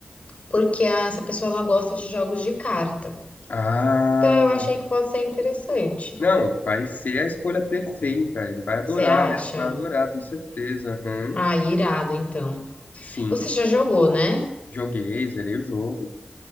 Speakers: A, on the left (about 50°); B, on the left (about 80°).
A: porque a- essa pessoa ela gosta de jogos de carta.
B: Ah,
A: Então eu achei que pode ser interessante.
B: não, vai ser a escolha perfeita. Ele vai adorar,
A: Você acha?
B: ela vai adorar, tenho certeza. Aham.
A: Ah, irado então.
B: Sim,
A: Você já jogou, né?
B: joguei, zerei o jogo.